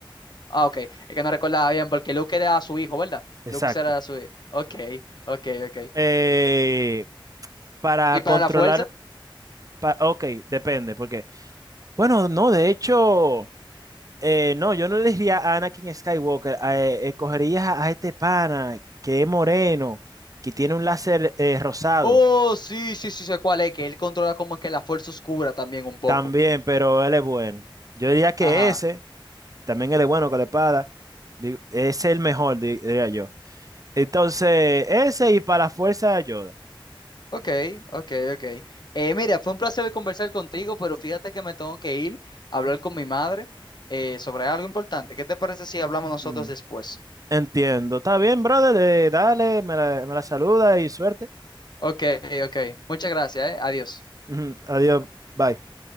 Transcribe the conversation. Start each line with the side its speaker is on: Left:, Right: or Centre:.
Left: Ah, ok. Es que no recordaba bien, porque Luke era su hijo, ¿verdad?
Right: Exacto.
Left: Luke era su hijo. Ok, ok, ok.
Right: Eh, para
Left: ¿Y para
Right: controlar.
Left: la fuerza?
Right: pa- ok, depende, porque. Bueno, no, de hecho. eh, no, yo no le diría a Anakin Skywalker. eh, escogerías a, a este pana que es moreno, que tiene un láser eh, rosado.
Left: Oh, sí, sí, sí, sé cuál es, que él controla como que la fuerza oscura también un poco.
Right: También, pero él es bueno. Yo diría que
Left: Ajá.
Right: ese, también él es bueno con la espada, di- es el mejor, di- diría yo. Entonces, ese y para la fuerza de Yoda.
Left: Ok, ok, ok. Eh, mira, fue un placer conversar contigo, pero fíjate que me tengo que ir a hablar con mi madre eh, sobre algo importante. ¿Qué te parece si hablamos nosotros
Right: Mm,
Left: después?
Right: Entiendo. Está bien, brother. eh, dale, me la, me la saluda y suerte.
Left: Ok, ok. Muchas gracias, eh. Adiós.
Right: <laughs> Ujú, Adiós. Bye.